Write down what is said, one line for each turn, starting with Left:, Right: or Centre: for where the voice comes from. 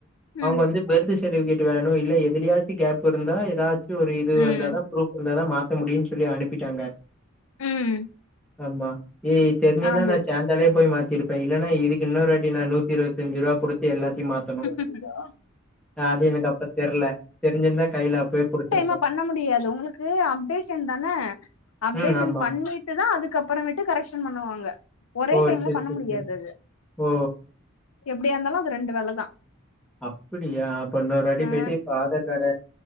Centre: அவங்க
Left: ம்
Centre: வந்து பெர்து சர்ட்டிபிகேட் வணு இல்ல எதுலியாச்சு கேப் இருந்தா ஏதாச்சு ஒரு இது
Left: ம்
Centre: வந்தாதா ப்ரூப் இருந்தாதா மாத்த முடியுன் சொல்லி அனுப்பிட்டாங்க
Left: ம்
Centre: ஆமா ஏ தெர்சிருந்தா
Left: அது
Centre: நா சம் ஒடனே போய் மாத்திருப்ப இல்லன்னா இதுக்கு இன்னொருவாட்டி நா நூத்திஇருவத்தஞ்சு ரூவா குடுத் து எல்லாத்தையு மாத்தணு
Left: புரிதா
Centre: அது எனக்கு அப்ப தெர்ல தெரிஞ்சிருந்தா கைல அப்பயே குடுத்துருப்
Left: மே பண்ண முடியாது உங்களுக் இது அப்டேஷன் தான அப்டேஷன்
Centre: ம். ஆமா.
Left: பண்ணிட்டு தா அதுக்கப்புறமேட்டு கரெக்ஷன் பண்ணுவாங்க ஒரே
Centre: ஓ!
Left: டைம்ல
Centre: சரி,
Left: பண்ண
Centre: சரி,
Left: முடியாது
Centre: சரி.
Left: அது
Centre: ஓ
Left: எப்டியாந்தாலு அது ரெண்டு வேலதா
Centre: அப்படியா அப்ப இன்னொரு வாட்டி
Left: ஆ
Centre: போய்ட்டு இப்ப ஆதார் காட